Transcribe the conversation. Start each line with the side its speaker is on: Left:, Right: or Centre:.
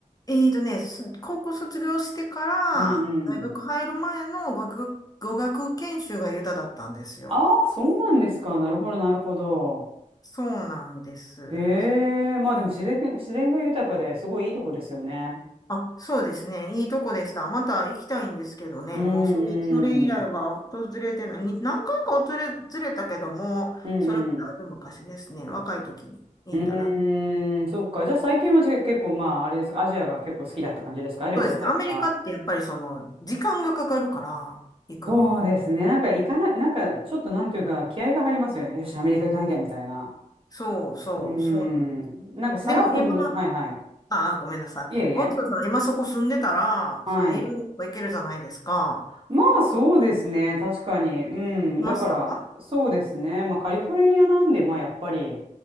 Left: えーとね、す高校卒業してから、
Right: うんうん。
Left: 大学入る前の語学、語学研修がユタだったんですよ。
Right: ああ、そうなんですか。なるほど、なるほど。
Left: そうなんです。
Right: へえ、まあでも自然、自然が豊かですごいいいとこですよね。
Left: あ、そうですね。いいとこでした。また行きたいんですけどね。
Right: うんうん。
Left: もうそれ、それ以来は訪れてない。に何回か訪れ、ずれたけども、
Right: うんうん。
Left: それもだいぶ昔ですね。若い時に行っただ。
Right: うーん、そっか。じゃあ最近はじゃあ結構まあ、あれです。アジアが結構好きだった感じですか旅行先は。
Left: そうですね。アメリカってやっぱりその、時間がかかるから、行くのに。
Right: そうですね。なんか行かない、なんかちょっとなんていうか気合が入りますよね。よし、アメリカ行かなきゃみたいな。
Left: そうそう、
Right: うーん。
Left: そうなんです。
Right: なんかさらっとも、
Left: でも今の、
Right: はいはい。
Left: ああ、ごめんなさい。
Right: いえいえ。
Left: 大田さん、今そこ住んでたら、
Right: はい。
Left: その、いろんなとこ行けるじゃないですか。
Right: まあそうですね。確かに。うん。
Left: 行きました
Right: だから、そうですね。まあカリフォルニアなんで、まあやっぱり、